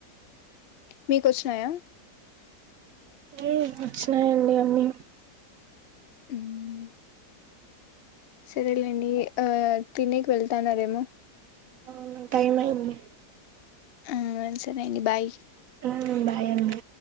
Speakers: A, on the left; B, on the right.
A: మీకు వచ్చినాయా.
B: మ్ వచ్చినాయండి అన్నీ.
A: ఉమ్ సరేలేండి ఆహ్ తినికి వెళ్తాన్నారేమో.
B: అవునవును టైమ్ అయింది.
A: ఆహ్ సరే అండి బాయ్.
B: ఆహ్ బాయ్ అండి.